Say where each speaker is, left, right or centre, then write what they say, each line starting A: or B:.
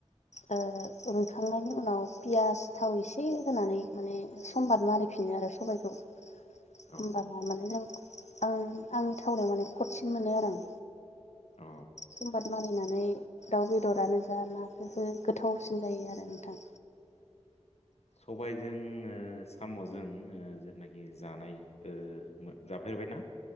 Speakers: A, on the left; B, on the left.
A: ओ रुइखांनायनि उनाव पियास थाव एसे होनानै माने संबाद मारि बिनो आरो सबाइखौ
B: औ
A: होनबाना माने जों आं आंनि थावनायाव माने कसिन मोनो आरो आं।
B: औ
A: संबाद मानिनानै दाउ बेदरानो जा नाफोर हो गोथावसिन जायो आरो नोंथां।
B: सबाइजों ओ साम'जों ओ जेनाखि जानाय ओ जाफेर जाफेबाय ना?